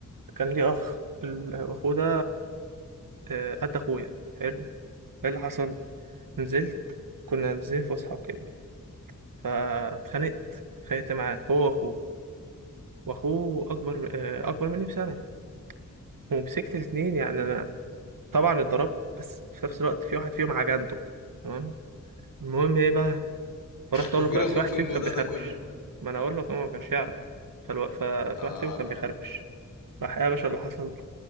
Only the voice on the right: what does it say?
كان ليه اخ الاخو ده آه، قد اخويا حلو ايه اللي حصل نزلت كنا نازلين فسحه وكده فاتخانقت اتخانقت معاه هو واخوه واخوه اكبر آه، اكبر مني بسنه ومسكت الاتنين يعني انا طبعا اتضربت بس في نفس الوقت في واحد فيهم عجنته تمام المهم ايه بقى فرحت اقول
له
في واحد
فيهم
كان بيخربش
ما انا اقول لك هو ما كانش يعرف فالو... ففي
واحد فيهم كان بيخربش راح إيه يا باشا اللي حصل